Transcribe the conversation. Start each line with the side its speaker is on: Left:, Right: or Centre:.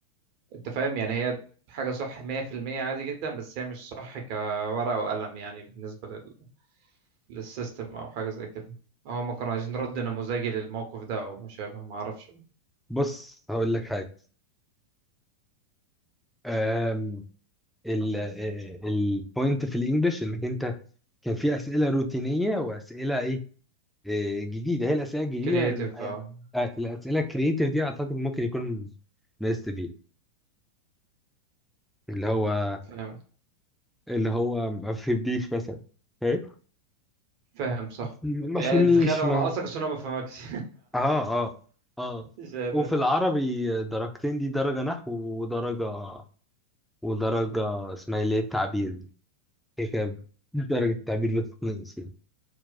Right: انت فاهم يعني هي حاجه صح 100% عادي جدا بس هي مش صح كورقه وقلم يعني بالنسبه لل... للسيستم او حاجه زي كده هم كانوا عايزين رد نموذجي للموقف ده او مشابه ما اعرفش
Centre: بص هقول لك حاجة آم، ال البوينت في الانجليش انك انت كان في اسئله روتينيه واسئله ايه آه، جديده هي الاسئله الجديده
Right: كرييتيف
Centre: ال- آه،
Right: اه
Centre: آه، الاسئله الكرييتيف دي اعتقد ممكن يكون مست فيه اللي هو
Right: فاهم
Centre: اللي هو ما فهمنيش مثلا فاهم
Right: فاهم صح
Centre: ما
Right: يعني
Centre: فهمنيش
Right: تخيل لو
Centre: ما
Right: انا قاصك عشان انا ما بفهمكش
Centre: اه اه اه
Right: <laughs> مش قادر
Centre: وفي العربي درجتين دي درجه نحو ودرجه ودرجه اسمها إيه، اللي هي التعبير دي هي كده درجه التعبير بتتنقص يعني.